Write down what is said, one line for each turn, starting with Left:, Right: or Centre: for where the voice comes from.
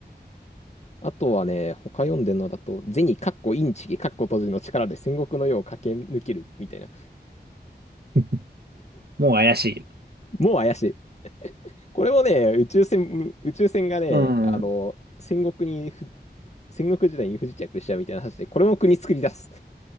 Left: あとはね、他読んでるのだと、銭かっこインチキかっこ閉じの力で戦国の世を駆け抜けるみたいな。
Right: <laughs> もう怪しい。
Left: もう怪しい。これもね、宇宙船、宇宙船がね、
Right: うん。
Left: あの、戦国に、ふ戦国時代に不時着しちゃうみたいな話で、これも国作り出す。